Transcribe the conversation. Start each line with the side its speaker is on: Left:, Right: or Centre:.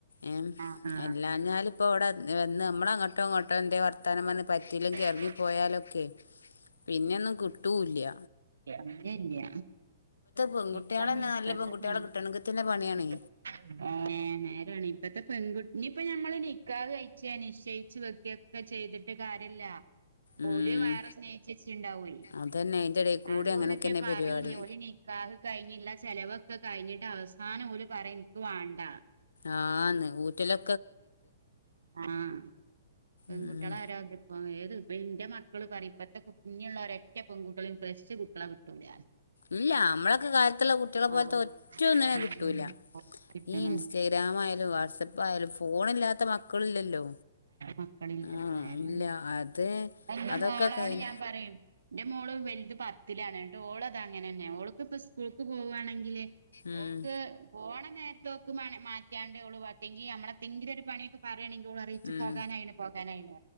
Left: എ
Right: ആഹ്
Left: എല്ലാഞ്ഞാല് പ്പോ ഇവടെ വന്ന് നമ്മള് അങ്ങോട്ടോ ഇങ്ങോട്ടോ എന്ത് വർ വർത്താനം പറഞ്ഞ് പറ്റിലെങ്കിൽ എറങ്ങിപ്പോയാലൊക്കെ
Right: ആഹ്
Left: പിന്നെ ഒന്നും കിട്ടൂല്ല്യ.
Right: എറങ്ങില്യ
Left: പെൺകുട്ടികളെന്നെ
Right: ഇപ്പ നീ ഇപ്പഞ്ഞ്''
Left: നല്ല പെൺകുട്ടികളെ കിട്ടണമെങ്കിൽ തന്നെ പണിയാണേ
Right: <unintelligible> ഏ നേരാണ് ഇപ്പത്തെ പെൺകുട്ടി ഇഞ്ഞ് ഇപ്പ ഞമ്മള് നിക്കാഹ് കഴിച്ചേ നിശ്ചയിച്ച് വെക്കേ. ക്കെ ചെയ്തിട്ട് കാര്യല്ല.
Left: ഉം
Right: ഓല് വേറെ സ്നേഹിച്ച് വെച്ചിട്ടാവും,
Left: അതന്നെ അതിൻ്റെ ഇടയിൽ കൂടി
Right: അത്
Left: അങ്ങനെയൊക്കെന്നെ
Right: ഓലറ്റെ പറീല്യ
Left: പരിപാടി
Right: ഓല് നിക്കാ നിക്കാഹ് കഴിഞ്ഞിള്ള ചെലവൊക്കെ കഴിഞ്ഞിട്ട് അവസാനം ഓല് പറേം എനിക്ക് വാണ്ട.
Left: ആഹ് ന്ന് ഊറ്റലൊ
Right: ആഹ് പെൺകുട്ടികളാരോ
Left: ഉം
Right: ആഹ് ഏത് ഇ ഇന്റെ മക്കള് പറയും ഇപ്പത്തെ ഇഞ്ഞ് ഉള്ള ഒരൊറ്റ പെൺകുട്ടികളേം ഫ്രഷ് കുട്ടികളെ കിട്ടൂല.
Left: ഇല്ല നമ്മളൊക്കെ കാലത്തുള്ള കുട്ടികളെ പോലത്തെ
Right: ആഹ്
Left: ഒറ്റൊന്നിനെ
Right: ഉം
Left: കിട്ടൂല
Right: കിട്ടണ
Left: ഈ ഇൻസ്റ്റ ഗ്രാമായാലും വാട്സപ്പ് പ്പായാലും ഫോണില്ലാത്ത മക്കളില്ലല്ലോ
Right: മക്കളില്ലല്ലോ
Left: ആഹ്
Right: നേരെ
Left: ഇല്ല അത്
Right: എന്റെ
Left: അതൊക്കെ
Right: മോളോട്
Left: കഴി
Right: ഞാൻ പറയും. എന്റെ മോള് വലുത് പത്തിലാണ് എന്ന്ട്ട് ഓള് അതാ അങ്ങനന്നെ ഓൾക്ക് ഇപ്പോ സ്കൂൾക്ക് പോവാണെങ്കില്
Left: ഉം
Right: ഓൾക്ക് പോണ നേരത്ത് ലോക്ക് മാറ്റിയാണ്ട് ഓള് എത്തെങ്കി നമ്മളത്തെങ്കിലും ഒരു പണിയൊക്കെ പറയണെങ്കി ഓള് പറയും ഇച്ച്
Left: ഉം
Right: പോകാനായിണ് പോകാനായിണ്